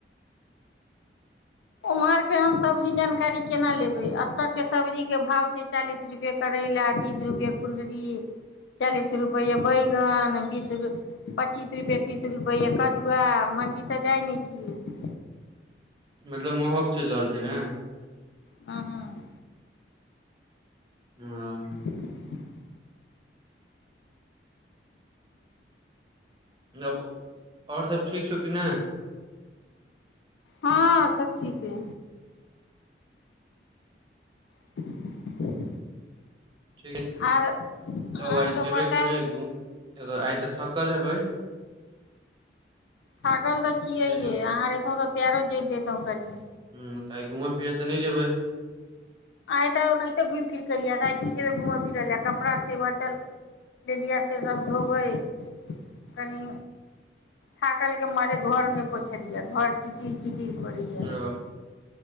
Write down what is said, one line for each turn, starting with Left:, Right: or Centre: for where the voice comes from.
Left: उम्हर के हम सब जी जानकारी केना लेबै एतऽ के सब्जीक के भाव छै चालीस रुपए करैला तीस रुपए कुंडरी चालीस रुपये बैगन बीस रुपय पच्चीस रुपए तीस रुपए कदुआ मण्डी तऽ जाइ नय छि
Right: मतलब महग चैल रहल छै नै
Left: हँ
Right: <unintelligible>
Left: <inaudible>
Right: नको ओर सब ठीक छौ कि नय
Left: हँ आर सब ठीके <inaudible>
Right: ठीक
Left: आर अहाँ
Right: तब आइ
Left: सब
Right: जेबै
Left: बताउ
Right: कि नय आइ तऽ थकल हेबै
Left: थाकल तऽ छियैहे
Right: आइ तऽ
Left: अहाँ रहितो तऽ पयरो जोइत देैतो कनी
Right: ह तऽ आइ घूमय फिरय तऽ नय जेबै
Left: आइ तऽ ओनाहिते घुमे फिर के एलिये तऽ आइ की जेबे घूमय फिरय लए कपड़ा छै बचल ले लिये से सभ धोबै कनि थाकल के मारे घर नय पोछलियै घर चिटिर चिटिर करय ये
Right: ओ